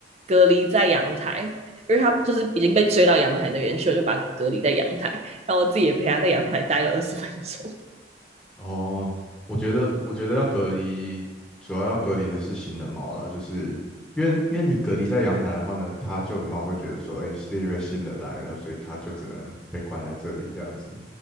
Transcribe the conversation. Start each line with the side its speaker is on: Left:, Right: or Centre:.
Right: 隔离在阳台，因为他就是已经被追到阳台那边去了，就把隔离在阳台，然后我自己也陪他在阳台待了二十分钟。
Centre: 哦，我觉得，我觉得要隔离，主要要隔离的是新的猫啦，就是因为因为你隔离在阳台的话呢，它旧的猫会觉得说，哎、是因为新的来了，所以它就只能被关在这里这样子。